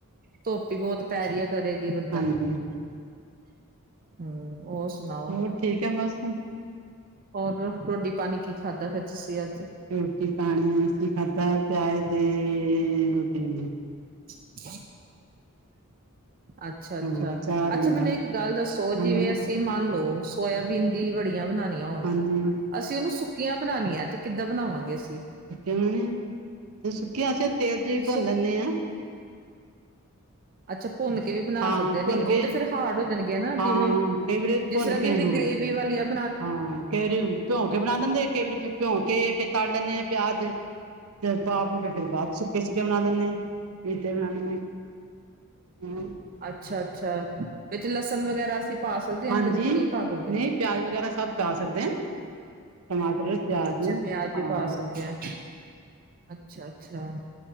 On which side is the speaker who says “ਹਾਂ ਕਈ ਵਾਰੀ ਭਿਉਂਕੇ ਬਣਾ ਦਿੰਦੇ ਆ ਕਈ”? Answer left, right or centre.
Right